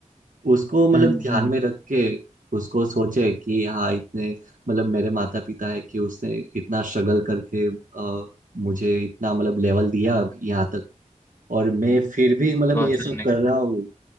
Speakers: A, on the right; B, on the left.
A: उसको मतलब
B: हम्म
A: ध्यान
B: हम्म,
A: में रख के उसको सोचे कि हाँ इतने मतलब मेरे माता पिता है कि उसने इतना स्ट्रगल करके अ, मुझे इतना मतलब लेवल दिया अब यहाँ तक और मैं फिर भी मतलब
B: पहुंचाने
A: ये सब कर
B: को
A: रहा हूँ